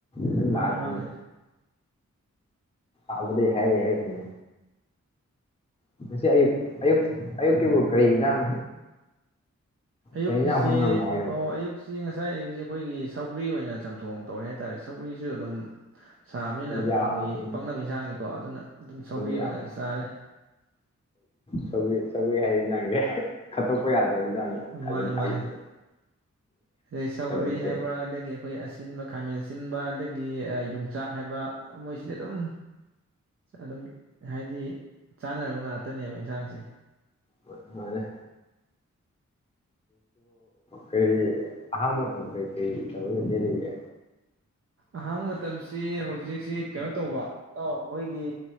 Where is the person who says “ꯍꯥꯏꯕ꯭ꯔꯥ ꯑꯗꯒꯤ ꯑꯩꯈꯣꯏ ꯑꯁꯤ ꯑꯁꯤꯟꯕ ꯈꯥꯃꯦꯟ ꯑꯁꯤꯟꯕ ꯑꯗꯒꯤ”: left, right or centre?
Right